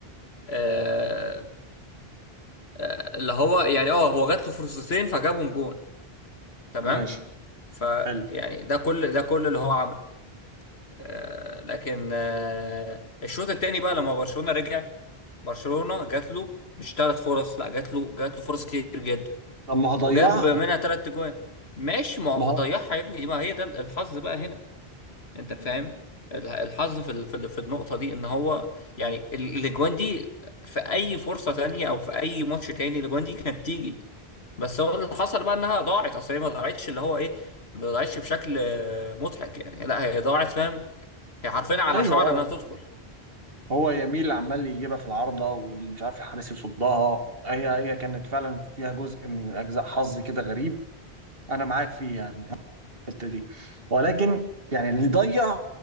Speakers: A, on the left; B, on the right.
A: آه... آه، اللي هو يعني اه هو جات له فرصتين فجابهم جون تمام
B: ماشي
A: فيعني
B: حلو
A: ده كل ده كل اللي هو عمله آه، لكن آه، الشوط الثاني بقى لما برشلونة رجع برشلونة جات له مش ثلاث فرص لا جات له جات له فرص كتير جدا
B: طب ما هضيعها
A: وجاب منها ثلاث جوان ماشي ما هو
B: ما هو
A: ضيعها يا ابني دي ما هي ده الحظ بقى هنا انت فاهم ال- الحظ في ال- في ال- في النقطة دي ان هو يعني ال- الاجوان دي في اي فرصة تانية او في اي ماتش تاني الاجوان دي كانت تيجي بس هو اللي حصل بقى انها ضاعت اصل هي ما ضاعتش اللي هو ايه ما ضاعتش بشكل آه، مضحك يعني لا هي ضاعت فاهم هي حرفيا على
B: ايوه
A: شعر
B: اه
A: انها تدخل
B: هو يميل عمال يجيبها في العارضة واللي مش عارف الحارس يصدها هي هي كانت فعلا فيها جزء من أجزاء حظ كده غريب أنا معاك فيه يعني أنا في الحتة دي ولكن يعني اللي يضيع